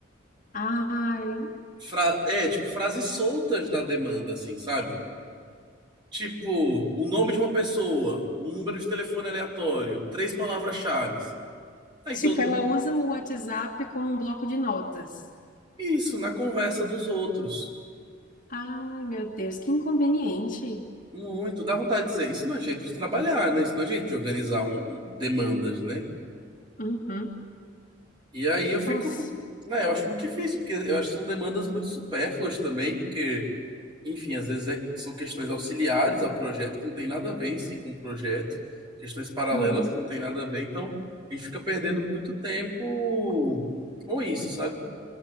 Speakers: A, on the left; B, on the right.
A: Ai.
B: Fra- é, tipo, frases soltas da demanda, assim, sabe? Tipo, o nome de uma pessoa, um número de telefone aleatório, três palavras-chave. Aí
A: Tipo,
B: todo
A: ela
B: mundo.
A: usa o WhatsApp como um bloco de notas.
B: Isso, na conversa dos outros.
A: Ai, meu Deus, que inconveniente.
B: Muito. Dá vontade de dizer, isso não é jeito de trabalhar, né? Isso não é jeito de organizar um- um- demandas, né?
A: Uhum.
B: E aí eu fico,
A: Nossa.
B: né, eu acho muito difícil, porque eu acho que são demandas muito supérfluas também, porque, enfim, às vezes é- são questões auxiliares ao projeto que não tem nada a ver em si com o projeto, questões paralelas
A: Uhum.
B: que não tem nada a ver, então a gente fica perdendo muito tempo com isso, sabe?